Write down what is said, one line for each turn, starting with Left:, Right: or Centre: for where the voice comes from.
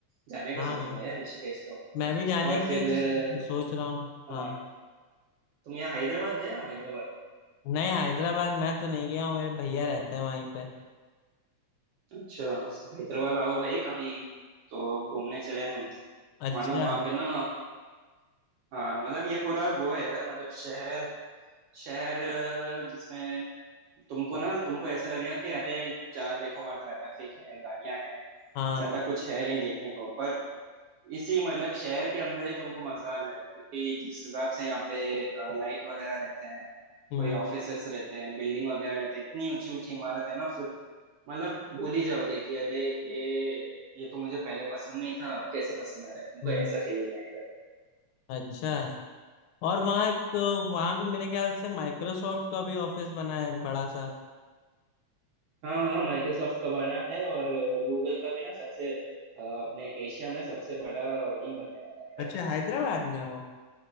Right: जाने का
Left: हाँ
Right: सोचूंगा यार ऋषिकेश तो
Left: मैं भी जाने
Right: और
Left: का
Right: फिर
Left: ही
Right: अ,
Left: सोच रहा हूँ
Right: हाँ
Left: हाँ
Right: तुम यहाँ हैदराबाद गए हो हैदराबाद
Left: नहीं हैदराबाद मैं तो नहीं गया हूँ मेरे भैया रहते हैं वहीं पे
Right: अच्छा हैदराबाद आओ भाई कभी तो घूमने चले हम
Left: अच्छा
Right: मतलब वहाँ पे ना हाँ मतलब ये पूरा वो है यार मतलब शहर शहर अ, जिसमें तुमको ना तुमको ऐसे लगेगा कि अरे जहाँ देखो वहाँ ट्रैफिक है गाड़ियां हैं
Left: हाँ
Right: ज्यादा कुछ है नहीं देखने को पर इसी मतलब शहर के अंदर ही तुमको मजा आ जाएगा क्योंकि जिस हिसाब से यहाँ पे लाइट वगैरह रहते हैं
Left: हम्म
Right: कोई ऑफिसेस रहते हैं बिल्डिंग वगैरह रहते हैं इतनी ऊंची ऊंची इमारत है ना फिर मतलब भूल ही जाओगे कि अरे ये ये तो मुझे पहले पसंद नहीं था अब कैसे पसंद आ रहा है तुमको
Left: हम्म,
Right: ऐसा फीलिंग आएगा
Left: अच्छा और वहाँ तो वहाँ पे मेरे ख्याल से माइक्रोसॉफ्ट का भी ऑफिस बना है बड़ा सा
Right: हाँ हाँ माइक्रोसॉफ्ट का बना है और गूगल का भी ना सबसे अ, अपने एशिया में सबसे बड़ा वही बनने वाला है यार
Left: अच्छा हैदराबाद में वो